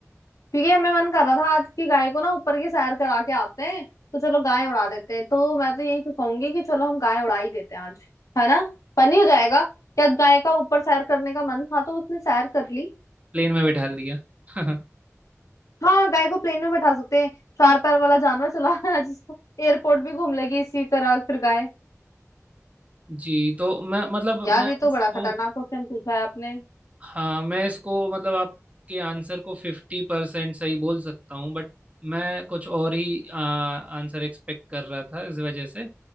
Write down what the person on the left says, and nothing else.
क्योंकि हमें मन कर रहा था आज की गाय को ना ऊपर की सैर करा के आते हैं तो चलो गाय उड़ा देते हैं तो मैं तो यही कहूंगी कि चलो हम गाय उड़ा ही देते हैं आज है ना फनी हो जाएगा क्या गाय का ऊपर सैर करने का मन था तो उसने सैर कर ली
हाँ गाय को प्लेन में बैठा सकते हैं चार पैर वाला जानवर चला <laughs> जिसको एयरपोर्ट भी घूम लेगी इसी तरह फिर गाय
यार
ये
तो बड़ा खतरनाक क्वेश्चन पूछा है आपने